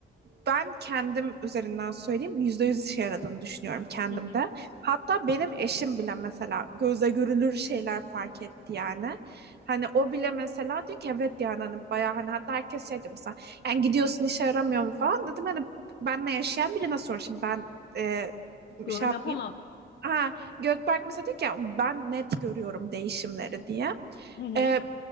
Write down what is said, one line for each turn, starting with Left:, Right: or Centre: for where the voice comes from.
Right: ben kendim üzerinden söyleyeyim yüzde yüz işe yaradığını düşünüyorum kendimde.
Left: Hı hı.
Right: Hatta benim eşim bile mesela gözle görülür şeyler fark etti yani. Hani o bile mesela diyor ki evet yani hani bayağı hani hatta herkes şey diyor mesela yani gidiyorsun işe yaramıyor mu falan dedim hani benle yaşayan birine sor şimdi ben e,
Left: Yorum
Right: şey yapmayayım.
Left: yapamam.
Right: Ha, Gökberk mesela diyor ki "Ya ben net görüyorum değişimleri diye.
Left: Hı hı.
Right: E,